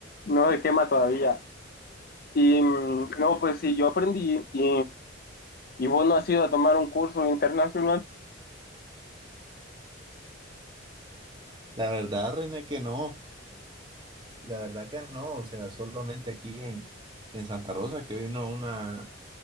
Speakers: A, on the left; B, on the right.
A: no se quema todavía. Y mm, no, pues sí, yo aprendí y, y vos no has ido a tomar un curso internacional.
B: La verdad, René, que no. La verdad que no. O sea, solamente aquí en, en Santa Rosa que vino una,